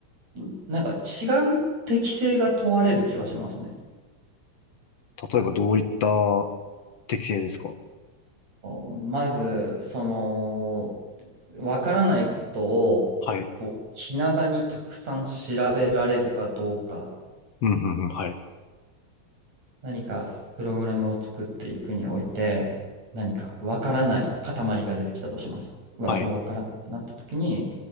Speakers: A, on the right; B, on the left.
A: んなんか違う適性が問われる気はしますね。
B: 例えばどういった適性ですか
A: まず、その、わからないことを、
B: はい。
A: こう、気長にたくさん調べられるかどうか、
B: うん、うん、うん、はい。
A: 何かプログラムを作っていくにおいて、何かわからない塊が出てきたとします。うわ、
B: はい。
A: これわからないってなった時に、